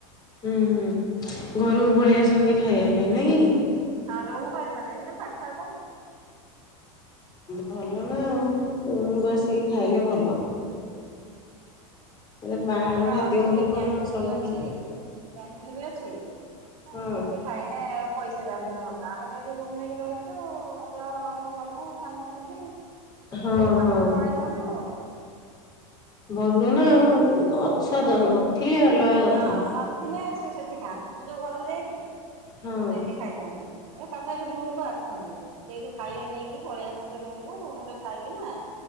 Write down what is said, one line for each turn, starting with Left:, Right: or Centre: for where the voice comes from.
Left: ହୁଁ ହୁଁ ଘରୁକୁ ପଳେଇ ଆସନ୍ତି ଖାଇବା ପାଇଁ ନା କି?
Right: ହଁ ରୁମୁକୁ ଆସନ୍ତି ସେଠୁ ପାଖ ପା।
Left: ଭଲ ନା ଆଉ ରୁମୁ କୁ ଆସିକି ଖାଇଲେ ଭଲ। ଏରା ବାହାର
Right: ତାର
Left: ଖାଦ୍ୟ
Right: ଅଛି
Left: ଗୁଡା
Right: ଯେ
Left: କଣ
Right: କ୍ୟାଣ୍ଟିନ
Left: ସବୁବେଳେ
Right: ଅଛି କ୍ୟାଣ୍ଟିନ ବି ଅଛି। ଆଉ
Left: ହଁ।
Right: ସେଠି ଖାଇନେ ପଇସା ଯାହା ବି ହନେ ଖର୍ଚ୍ଚ ଆମେ ତ ଏଇଠି ରୁମ୍ ନେଇକି ରହିଛୁ ଯାହା ଭଲ ମନ୍ଦ କରିମୁ ଖାଇମୁ ସେ
Left: ହଁ
Right: ପାଖରେ
Left: ହଁ
Right: ପଳେଇ ଆସନ୍ତି ଆଉ।
Left: ଭଲ ନା ଆଉ ଅଛ ତ
Right: ହୁଁ
Left: ନଥିଲେ ଅଲଗା କଥା।
Right: ହଁ ନଥିଲେ ସେ ସେଠି ଖାଆନ୍ତି ମୁଁ ଯୋଉ ଘରକୁ ଯାଇନି
Left: ହଁ
Right: ସେ ସେଇଠି ଖାଇଦିଆନ୍ତି ଏ ତଥାପି ରୁମ କୁ ଆସନ୍ତି। ସେଇଠୁ ଖାଇବା ନେଇକି ପଳେଇ ଆସନ୍ତି ରୁମକୁ ରୁମ ରେ ଖାଇକି ନା